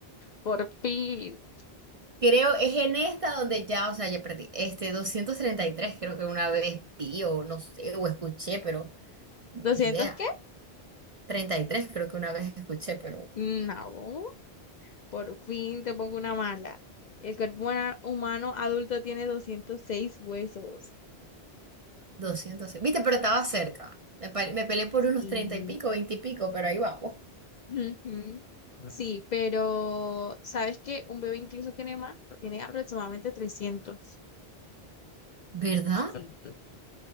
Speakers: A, on the left; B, on the right.
A: Por fin.
B: Creo es en esta donde ya, o sea, ya perdí. Este 233 creo que una vez vi o no sé, o escuché, pero ni
A: doscientos
B: idea.
A: qué?
B: treinta y tres creo que una vez escuché, pero
A: No, por fin te pongo una mala. El cuerpo humana- humano adulto tiene 206 huesos.
B: doscientos Viste, pero estaba cerca. Me, pa- me peleé por
A: Sí.
B: unos 30 y pico, 20 y pico, pero ahí vamos.
A: Ujú. Sí, pero ¿sabes que Un bebé incluso tiene más, tiene aproximadamente trescientos.
B: ¿Verdad?
A: Sí.